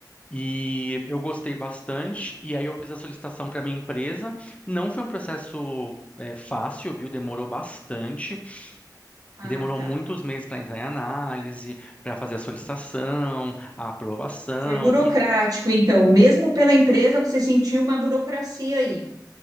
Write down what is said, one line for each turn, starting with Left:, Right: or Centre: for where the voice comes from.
Left: E eu gostei bastante, e aí eu fiz a solicitação para minha empresa. Não foi um processo é, fácil, viu? Demorou bastante,
Right: Ah,
Left: demorou
Right: tá.
Left: muitos meses para entrar em análise, para fazer a solicitação, a aprovação.
Right: Foi burocrático,
Left: E...
Right: então, mesmo pela empresa, você sentiu uma burocracia aí.